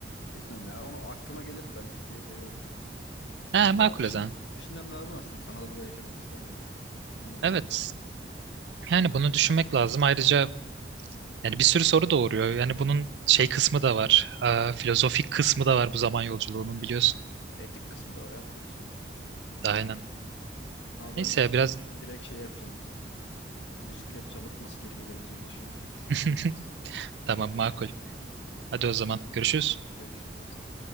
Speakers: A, on the left; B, on the right.
A: Bilmiyorum ya. Onu aklıma gelirdi. Ben Türkiye'yi seviyorum.
B: Ha, makul
A: Ama düşün,
B: o zaman.
A: düşünmem lazım aslında. Kanada'da da yaşamak isterdim. Bunu bir
B: Evet.
A: düşüneyim ben.
B: Yani bunu düşünmek lazım. Ayrıca yani bir sürü soru doğuruyor. Yani bunun şey kısmı da var. Aa, filozofik kısmı da var bu zaman yolculuğunun biliyorsun.
A: Etik kısmı da var abi tabii sonuçta.
B: Aynen.
A: Ama ben
B: Neyse ya biraz
A: direkt şey yapacağım. Müzikleri çalıp nasıl geri gelebileceğimi düşüneceğim.
B: <laughs> tamam makul. Hadi o zaman görüşürüz.
A: <laughs> Görüşürüz dostum.